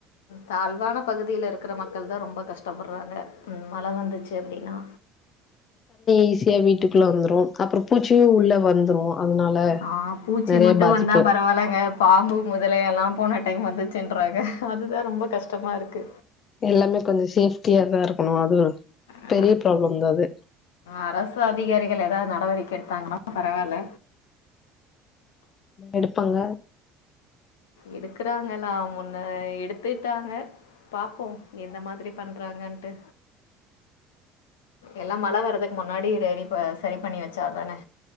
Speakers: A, on the left; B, on the left.
A: தாழ்வான பகுதில இருக்கிற மக்கள் தா ரொம்ப கஷ்டப்படாறாங்க ம் மழ வந்துச்சு அப்டின்னா
B: ஈஸியா வீட்டுக்குள்ள வந்துரு அப்பற பூச்சு உள்ள வந்துரு அதனால
A: ஆ பூச்சி
B: நெறைய
A: மட்டும்
B: பாதிப்பு
A: வந்தா பரவாயில்லங்க பாம்பு முதலயல்லாம் போன டைம் வந்துச்சுன்றாங்க அதுதா ரொம்ப கஷ்டமா இருக்கு
B: எல்லாமே கொஞ்ச சேஃப்டியாதா இருக்கணு அது
A: ஆ,
B: பெரிய ப்ராப்ள தா அது
A: அரசு அதிகாரிகள் எதா நடவடிக்க எத்தாங்கனா பரவால்ல
B: எடுப்பாங்க
A: எடுக்கறாங்கலா முன்ன எடுத்துட்டாங்க பாப்போம் இந்த மாரி பண்றாங்கன்ட்டு எல்லா மழ வரதுக் முன்னாடி ரெடி ப சரி பண்ணி வச்சாதனே